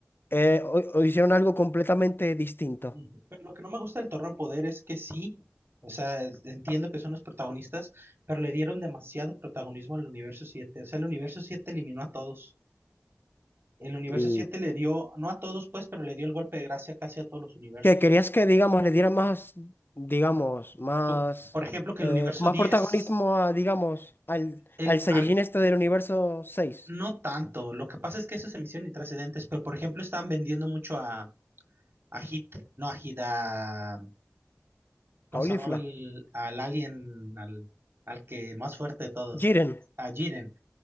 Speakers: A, on the left (about 50°); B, on the right (about 55°).
A: eh, o- o hicieron algo completamente distinto.
B: Ujú. pero lo que no me gusta del Torneo de Poder es que sí, o sea, entiendo que son los protagonistas, pero le dieron demasiado protagonismo al Universo siete O sea, el Universo siete eliminó a todos. El Universo
A: Mm.
B: siete le dio, no a todos pues, pero le dio el golpe de gracia casi a todos los universos.
A: Que querías que, digamos, le dieran más, digamos, más,
B: Po- Por, ejemplo, que
A: eh,
B: el Universo
A: más
B: diez
A: protagonismo a, digamos, al,
B: el,
A: al Saiyajin
B: al-
A: este del universo seis
B: no tanto, lo que pasa es que eso se emisión y trascendentes, pero por ejemplo estaban vendiendo mucho a Agit, no agita, ¿cómo
A: Caulifla,
B: se llamaba el, al alien, al, al que el más fuerte de todos?
A: Jiren.
B: A Jiren.